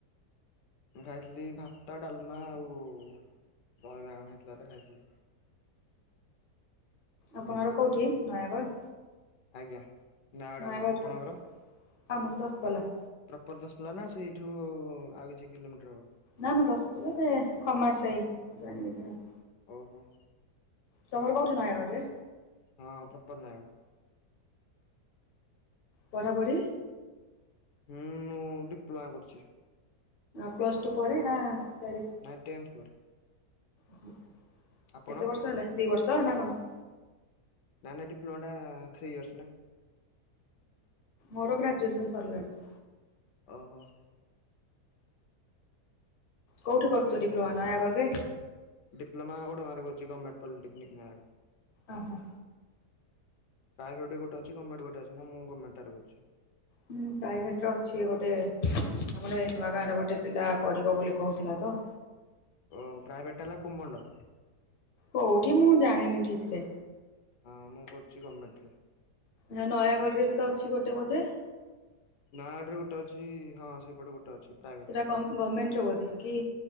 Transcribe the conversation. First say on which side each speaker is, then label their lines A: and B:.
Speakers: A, on the left; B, on the left.
A: ମୁଁ ଖାଇଥିଲି ଭାତ ଡାଲମା ଆଉ ଦହି ବାଇଗଣ ହେଇଥିଲା ତ ଖାଇଥିଲି।
B: ଆପଣର
A: ହୁଁ
B: କୋଉଠି ନୟାଗଡ଼?
A: ଆଜ୍ଞା। ନାଆଡ
B: ନୟାଗଡ଼
A: ଆମର ଆପଣଙ୍କର?
B: ର ଆମର ଦଶପଲ୍ଲା।
A: ପ୍ରପର ଦଶପଲା ନା ସେଇଠୁ ଆଉ କିଛି କିଲୋମିଟର ହବ?
B: ନା ନା ଦଶପଲା ଯେ ଖମାର ସାଇ ଜାଣିବେ ବି ନା।
A: ଓହୋ।
B: ତମର କୋଉଠି ନୟାଗଡ଼ ରେ?
A: ହଁ ପ୍ରପର ନୟାଗଡ଼।
B: ପଢା ପଢ଼ି?
A: ହୁଁ ମୁଁ ଡିପ୍ଲୋମା କରିଛି।
B: ପ୍ଲସ୍ ଟୁ ପରେ ନା ଡ଼ାଇ
A: ନାଇଁ ଟେନ୍ଥ ପରେ।
B: ଓ
A: ଆପଣ?
B: କେତେ ବର୍ଷ ହେଲା ଦି ବର୍ଷ ନା କଣ?
A: ନା ନା ଡିପ୍ଲୋମାଟା ଥ୍ରୀ ୟର୍ସ ନା।
B: ମୋର ଗ୍ରାଜୁଏସନ୍ ସରିଲାଣି।
A: ଓହୋ।
B: କୋଉଠି
A: ମୁଁ
B: କରୁଛ
A: ଏବେ
B: ଡିପ୍ଲୋମା ନୟାଗଡ଼ ରେ?
A: ଡିପ୍ଲୋମା ଓଡ଼ଙ୍ଗାରେ କରୁଛି ଗମେଟ୍ ପଲିଟେକ୍ନିକ ନାଁରେ।
B: ଓ ହ।
A: ପ୍ରାଇଭେଟ ଗୋଟେ ଅଛି ଗମେଟ୍ ଗୋଟେ ଅଛି ନାଁ ମୁଁ ଗମେଟ୍ ଟାରେ କରୁଛି।
B: ହୁଁ ପ୍ରାଇଭେଟ ର ଅଛି ଗୋଟେ ଆମର
A: ପ୍ରାଇଭେଟ୍
B: ନୂଆ ଗାଁରେ ଗୋଟେ ପିଲା କରିବ ବୋଲି କହୁଥିଲା ତ।
A: ଓ ପ୍ରାଇଭେଟ୍ ହେଲା କୁମଣ୍ଡ।
B: କୋଉଠି ମୁଁ ଜାଣିନି ଠିକ ସେ।
A: ହଁ ମୁଁ କରୁଛି ଗଭର୍ଣ୍ଣମେଣ୍ଟରେ।
B: ନୟାଗଡ଼ ରେ ବି ତ ଅଛି ଗୋଟେ ବୋଧେ?
A: ନା ଆଡରେ ଗୋଟେ ଅଛି ହଁ ସେପଟେ ଗୋଟେ ଅଛି। ପ୍ରାଇଭେଟ୍ଟା
B: ସେଟା ଗଭର୍ଣମେଣ୍ଟ ର ବୋଧେ କି